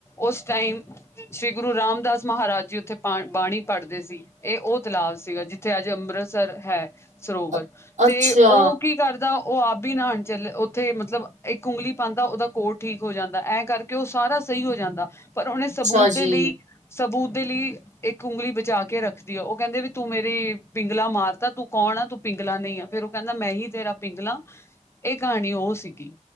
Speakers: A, on the left; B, on the right.
A: ਉਸ ਟਾਈਮ ਸ਼੍ਰੀ ਗੁਰੂ ਰਾਮਦਾਸ ਮਹਾਰਾਜ ਜੀ ਉੱਥੇ ਪਾ-ਬਾਣੀ ਪੜ੍ਹਦੇ ਸੀ। ਇਹ ਉਹ ਤਲਾਬ ਸੀਗਾ, ਜਿੱਥੇ ਅੱਜ ਅੰਮ੍ਰਿਤਸਰ ਹੈ, ਸਰੋਵਰ।
B: ਅ- ਅੱਛਾ,
A: ਤੇ ਉਹ ਕੀ ਕਰਦਾ, ਉਹ ਆਪ ਹੀ ਬੀ ਨਾਣ ਚੱਲ, ਓ ਥੇ ਮਤਲਬ ਇੱਕ ਉਂਗਲੀ ਪਾਂਦਾ, ਉਹਦਾ ਕੋਹੜ ਠੀਕ ਹੋ ਜਾਂਦਾ। ਐਂ ਕਰਕੇ ਉਹ ਸਾਰਾ ਸਹੀ ਹੋ ਜਾਂਦਾ। ਪਰ ਉਹਨੇ ਸਬੂਤ
B: ਅੱਛਾ
A: ਦੇ
B: ਜੀ।
A: ਲਈ, ਸਬੂਤ ਦੇ ਲਈ ਇੱਕ ਉਂਗਲੀ ਬਚਾ ਕੇ ਰੱਖਦੀ ਆ। ਉਹ ਕੈਂਦੇ ਵੀ ਤੂ ਮੇਰੀ ਪਿੰਗਲਾ ਮਾਰਤਾ, ਤੂ ਕੌਣ ਆ ਤੂ ਪਿੰਗਲਾ ਨਈ ਆਂ, ਫੇਰ ਉਹ ਕੈਂਦਾ ਮੈਂ ਹੀ ਤੇਰਾ ਪਿੰਗਲਾਂ, ਇਹ ਕਹਾਣੀ ਉਹ ਸੀਗੀ।